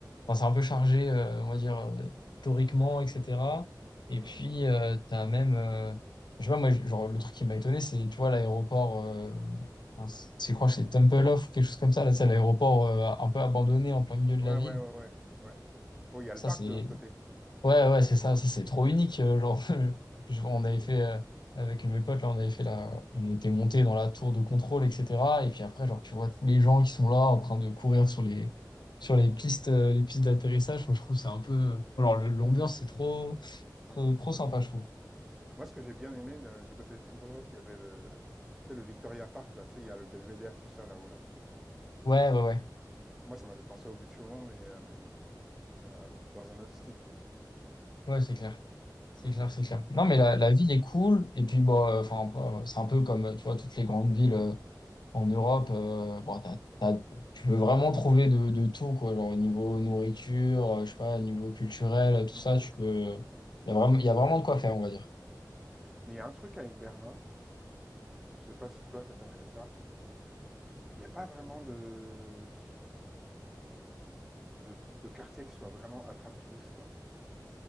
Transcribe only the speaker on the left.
enfin, c'est un peu chargé, euh, on va dire, euh, historiquement, etc. Et
puis,
euh, t'as même, euh, je sais pas, moi, genre, le truc qui m'a étonné, c'est, tu vois, l'aéroport, euh, enfin, c'est quoi, c'est Temple Off ou quelque chose comme ça, là, c'est l'aéroport, euh, un peu abandonné en plein milieu de
la ville.
Ça,
c'est,
Ouais, ouais, c'est ça, ça c'est trop unique. euh, genre, <laughs> je- on avait fait euh, avec mes potes, là, on avait fait la, on était monté dans la tour de contrôle, etc. Et puis après, genre,
tu vois tous les gens qui sont là en train de courir sur les, sur les pistes, euh, les pistes d'atterrissage.
Moi, Je trouve que c'est un peu, alors le- l'ambiance c'est trop,
trop,
trop sympa, je trouve.
Ouais, ouais, ouais,
ouais, c'est clair, c'est
clair, c'est clair. Non, mais la,
la ville est cool. Et puis bon, euh, enfin, c'est un peu comme, tu vois, toutes les grandes villes. euh, En Europe, euh, bon, t'as- t'as- tu peux vraiment trouver de, de tout, quoi. Genre, au niveau nourriture, euh, je sais pas, au niveau culturel, tout
ça, tu peux. Il y a vraiment, il y a vraiment de quoi faire, on va dire.